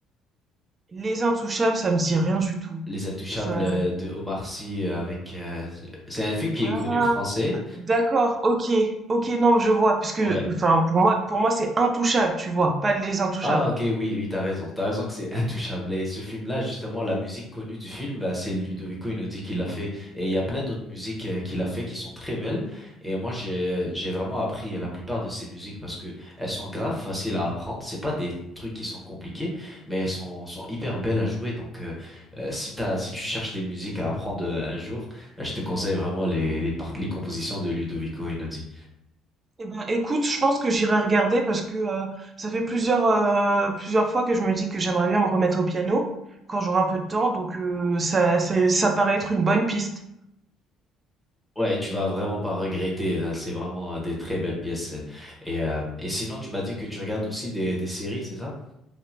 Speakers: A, on the right; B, in the centre.
A: Les Intouchables, ça me dit rien du tout.
B: Les Intouchables
A: Ça...
B: euh, de Omar Sy euh, avec euh, c'est un film qui
A: Ah,
B: est connu français
A: d'accord, ok, ok, non, je vois, parce que,
B: ouais
A: enfin, pour moi, pour moi, c'est intouchable, tu vois, pas les Intouchables.
B: Ah ok oui oui t'as raison t'as raison que c'est <laughs> intouchable et ce film-là justement la musique connue du film bah, c'est Ludovico Einaudi qui l'a fait et il y a plein d'autres musiques euh, qu'il a fait qui sont très belles et moi j'ai j'ai vraiment appris la plupart de ces musiques parce que elles sont graves faciles à apprendre c'est pas des trucs qui sont compliqués mais elles sont sont hyper belles à jouer donc euh, euh, si t'as si tu cherches des musiques à apprendre euh, un jour euh, je te conseille vraiment les les, part- les compositions de Ludovico Einaudi.
A: Eh ben, écoute, je pense que j'irai regarder parce que euh, ça fait plusieurs euh, plusieurs fois que je me dis que j'aimerais bien me remettre au piano quand j'aurai un peu de temps, donc euh, ça c'est- ça paraît être une bonne piste.
B: Ouais, tu vas vraiment pas regretter. euh, C'est vraiment euh, des très belles pièces. euh. Et, euh, et sinon, tu m'as dit que tu regardes aussi des, des séries, c'est ça?